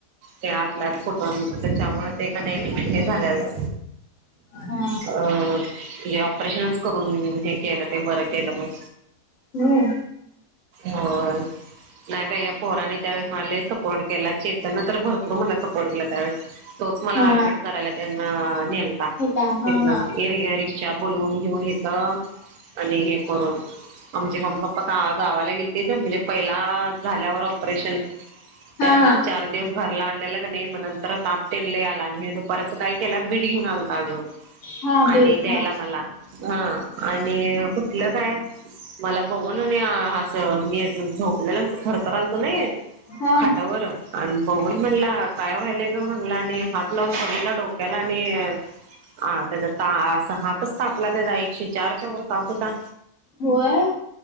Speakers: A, on the right; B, on the left.
A: ते आतल्याआत फुटन त्याच्यामुळे ते का नाही हे झालेलं.
B: हा हा.
A: अ हे ऑपरेशनच करून हे केलं ते बर ये. केलं मग
B: होय.
A: हो. नाही बाई या पोराने त्यावेळेस मला लई सपोर्ट केला चेतनने तर भरपूर मला सपोर्ट केला त्यावेळेस तोच मला
B: हा
A: ऍडमिट करायला त्यांन नेलता
B: होता हा
A: तिथन.
B: हा
A: एरग्या रिक्षा बोलवून घेऊन हीत आणि हे करून आमचे मम्मी पप्पा का गावाला गेलतीन म्हणजे पहिला झाल्यावर ऑपरेशन त्यावेळेस
B: हा हा
A: चार दिवस घरला आणलेल का नही मग नंतर ताप तेले आला. हे दुपाराच काय केला बीट घेऊन आलत अगं
B: हा
A: आणि
B: बेट
A: द्यायला
B: हा
A: आमाला हा आणि कुठलं काय मला बघून <inaudible> स मी अस झोपलेलंत खरखर आलतो नाही
B: हा
A: खाटावर आणि बघून म्हणला काय व्हायलय ग म्हणला आणि हात लावून बघितला डोक्याला आणि आ त्याचा ता असा हातच तापला त्याचा एकशे चारच्या वर ताप होता.
B: होय.